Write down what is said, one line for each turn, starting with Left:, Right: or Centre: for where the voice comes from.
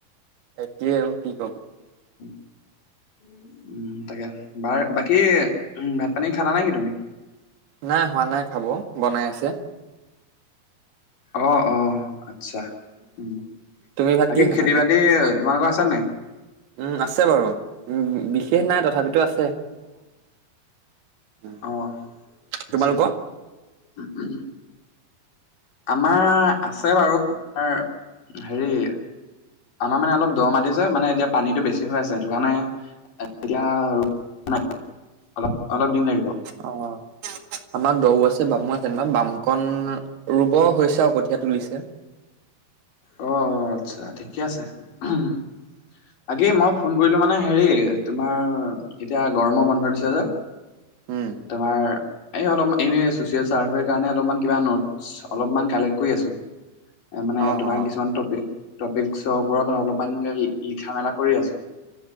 Right: সেইটোৱেই আৰু কি কম? <unintelligible>
Left: <inaudible> উম-উম, তাকে বাৰ <unintelligible> বাকী উম ভাত-পানী খালা নেকি তুমি? <unintelligible>
Right: নাই হোৱা নাই খাব বনাই আছে। <unintelligible>
Left: অঁ-অঁ, আচ্ছা। <inaudible>
Right: তুমি ভাত
Left: বাকী
Right: কিহে খালা?
Left: খেতি-বাতি এ তোমালোকৰ আছে নাই? <unintelligible>
Right: উম আছে বাৰু, উম বিশেষ নাই তথাপিতো আছে। <unintelligible> উম,
Left: অঁ! আচ্ছা
Right: তোমালোকৰ?
Left: <unintelligible> আমাৰ আছে বাৰু আমাৰ হেৰি <inaudible> আমাৰ মানে অলপ দ মাটি যে মানে এতিয়া পানীটো বেছি হৈ আছে, সেইটো কাৰণে <unintelligible> এতিয়া ৰুই হোৱা নাই <unintelligible> অলপ-অলপ দিন লাগিব। <inaudible>
Right: অঁ! <unintelligible> আমাৰ দ আছে বামু আছে। বাম কণ ৰুব হৈছে আৰু কঠীয়া তুলিছে। <unintelligible>
Left: অঁ-অ‍ঁ! আচ্ছা ঠিকে আছে। <unintelligible> বাকী মই ফোন কৰিলোঁ মানে হেৰি তোমাৰ <unintelligible> এতিয়া গৰমৰ বন্ধ দিছে যে
Right: উম
Left: তোমাৰ <unintelligible> এই অলপ মান এনেই ছ'চিয়েল চাৰ্ভে কাৰণে কিবা অলপ মান কিবা নোটছ কালেক্ট কৰি আছো। <unintelligible> এ মানে
Right: অ' অ'
Left: তোমাৰ কিছুমান টপিক-টপিকচৰ ওপৰত অলপমান লিখা-মেলা কৰি আছোঁ। <unintelligible>